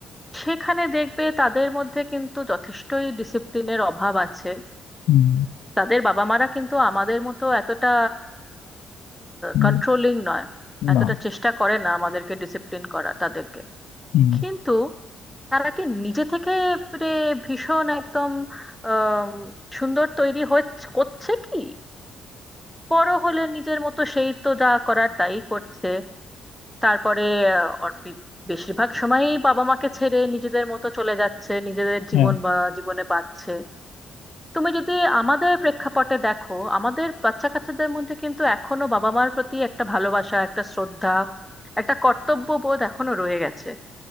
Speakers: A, in the centre; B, on the left (about 80°).
A: সেখানে দেখবে তাদের মধ্যে কিন্তু যথেষ্টই ডিসিপ্লিনের অভাব আছে
B: হুম,
A: তাদের বাবা মারা কিন্তু আমাদের মতো এতটা
B: হুম,
A: কন্ট্রোলিং নয়
B: না
A: এতটা চেষ্টা করে না আমাদেরকে ডিসিপ্লিন করা তাদেরকে
B: হুম,
A: কিন্তু তারা কি নিজে থেকে মানে ভীষণ একদম আম, সুন্দর তৈরি হয়ে- হচ্ছে কি বড় হলে নিজের মতো সেই তো যা করার তাই করছে তারপরে আহ, অর- বি- বেশিরভাগ সময়ই বাবা মাকে ছেড়ে নিজেদের মতো চলে যাচ্ছে নিজেদের জীবন
B: হ্যাঁ
A: বা জীবনে বাঁচছে তুমি যদি আমাদের প্রেক্ষাপটে দেখো আমাদের বাচ্চা কাচ্চাদের মধ্যে কিন্তু এখনো বাবা মার প্রতি একটা ভালোবাসা একটা শ্রদ্ধা একটা কর্তব্য বোধ এখনো রয়ে গেছে